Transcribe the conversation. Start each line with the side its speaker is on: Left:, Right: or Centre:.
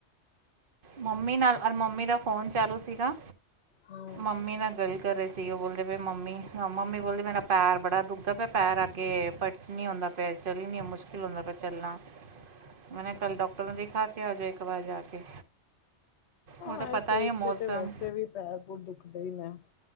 Right: ਮੰਮੀ ਨਾਲ ਅਰ ਮੰਮੀ ਦਾ ਫੋਨ ਚਾਲੂ ਸੀਗਾ,
Left: ਹੂੰ
Right: ਮੰਮੀ ਨਾਲ ਗੱਲ ਕਰ ਰਹੇ ਸੀ ਉਹ ਬੋਲਦੇ ਮੰਮੀ, ਮੰਮੀ ਬੋਲਦੇ ਮੇਰਾ ਪੈਰ ਬੜਾ ਦੁੱਖਦਾ ਪਿਆ ਪੈਰ ਅੱਗੇ ਨਹੀਂ ਆਉਂਦਾ ਪਿਆ ਚੱਲ ਨੀ ਮੁਸ਼ਕਿਲ ਹੁੰਦਾ ਪਿਆ ਚੱਲਣਾ। ਮੈਂਨੇ ਕੱਲ ਡਾਕਟਰ ਨੂੰ ਦਿਖਾ ਕੇ ਆ ਜਾਏ ਇੱਕ ਵਾਰ ਜਾ ਕੇ। ਬੋਲਦੇ
Left: ਐਸ
Right: ਪਤਾ ਨਹੀਂ
Left: ਏਜ ਚ'
Right: ਮੌਸਮ
Left: ਤੇ ਵੈਸੇ ਵੀ ਪੈਰ-ਪੂਰ ਦੁਖਦੇ ਈ ਨੇ।